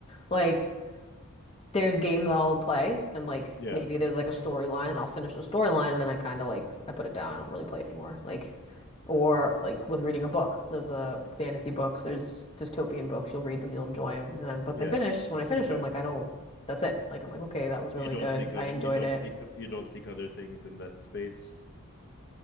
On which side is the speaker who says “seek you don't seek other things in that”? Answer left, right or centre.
Left